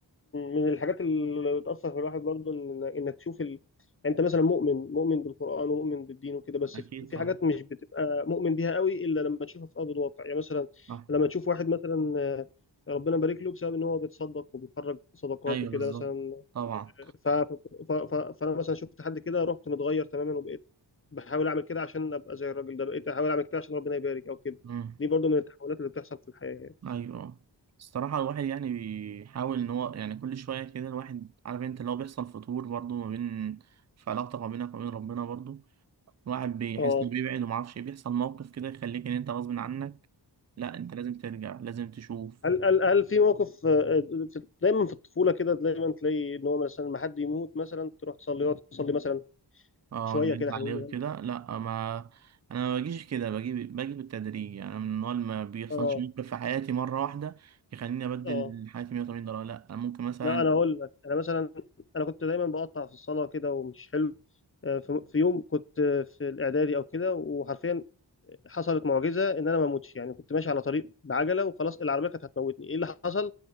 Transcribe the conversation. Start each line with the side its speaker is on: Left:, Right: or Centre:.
Left: من الحاجات اللي بتأثر في الواحد برضه إن إنك تشوف ال... يعني أنت مثلا مؤمن مؤمن بالقرآن ومؤمن بالدين وكده بس
Right: اكيد
Left: في في
Right: طبعا
Left: حاجات مش بتبقى مؤمن بيها قوي إلا لما تشوفها في أرض الواقع يعني مثلا
Right: صح
Left: لما تشوف واحد مثلا آه، ربنا بارك له بسبب إن هو بيتصدق وبيخرج صدقات
Right: ايوه
Left: وكده
Right: بالظبط
Left: مثلا
Right: طبعا
Left: ف... ف... ف... ف... فأنا مثلا شفت حد كده رحت متغير تماما وبقيت بحاول أعمل كده عشان أبقى زي الراجل ده بقيت أحاول أعمل كده عشان ربنا يبارك أو كده
Right: امم
Left: دي برضه من التحولات اللي بتحصل في الحياة يعني.
Right: ايوه الصراحه الواحد يعني بيحاول ان هو يعني كل شويه كده الواحد عارف انت لو بيحصل فتور برضو ما بين في علاقتك ما بينك وبين ربنا برضو الواحد بيحس
Left: اه
Right: انه بيبعد وما اعرفش إيه، بيحصل موقف كده يخليك ان انت غصب عنك لا انت لازم ترجع لازم تشوف
Left: هل هل هل في موقف آه، آه، في- دايما في الطفوله كده دايما تلاقي ان هو مثلا ما حد يموت مثلا تروح تصلي يقعد تصلي مثلا
Right: اه
Left: شويه
Right: جد
Left: كده حلوين
Right: عليه وكده
Left: يعني.
Right: لا ما انا ما بجيش كده باجي باجي بالتدريج يعني أنا من النوع اللي ما بيحصلش
Left: اه
Right: موقف في حياتي مره واحده يخليني ابدل
Left: اه
Right: حياتي 180 درجه لا انا ممكن مثلا
Left: لا انا اقول لك انا مثلا انا كنت دايما بقطع في الصلاه كده ومش حلو آه، في في يوم كنت آه، في الاعدادي او كده وحرفيا حصلت معجزه ان انا ما اموتش يعني كنت ماشي على طريق بعجله وخلاص العربيه كانت هتموتني ايه اللي حصل